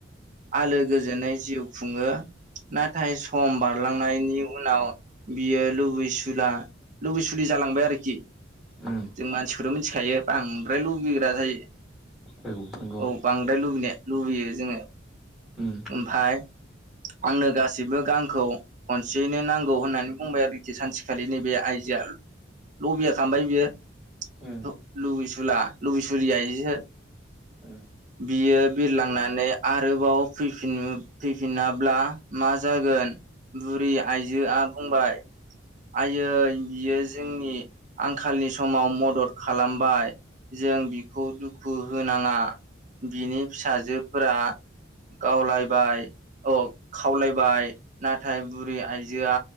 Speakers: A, on the right; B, in the centre.
A: आलो गोजोनै जिउ खुङो नाथाय सम बारलांनायनि उनाव बियो लुबैसुला लुबैसुलि जालांबाय आरोखि
B: उम
A: जों मानसिखौथ' मिथिखायो बांद्राय लुबैग्रा जायो
B: औ नंगौ
A: औ बांद्राय लुबैनाया लुबैयो जोङो
B: उम
A: ओमफाय आंनो गासैबो गांखौ खनसेयैनो नांगौ होननानै बुंबाय आरोखि सानसेखालि नैबे आइजोआ लबिया खामबाय बियो
B: उम
A: लुबैसुला लबैसुलि आयजो
B: उम
A: बियो बिरलांनानै आरोबाव फैफिन फैफिनाब्ला मा जागोन बुरि आइजोआ बुंबाय आयै बियो जोंनि आंखालनि समाव मदद खालामबाय जों बिखौ दुखु होनाङा बिनि फिसाजोफोरा गावलायबाय अ खावलायबाय नाथाय बुरि आइजोआ